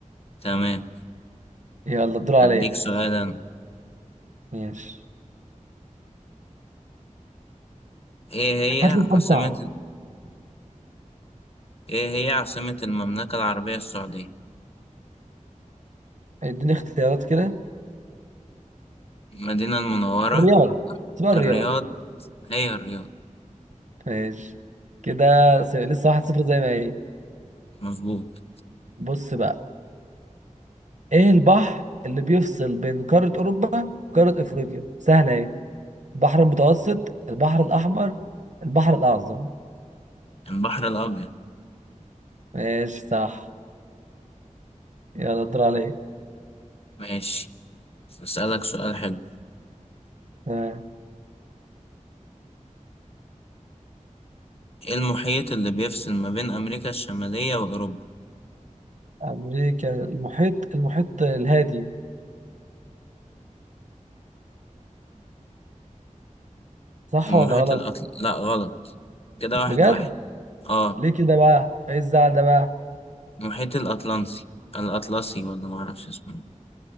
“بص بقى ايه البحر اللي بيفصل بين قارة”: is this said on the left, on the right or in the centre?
Right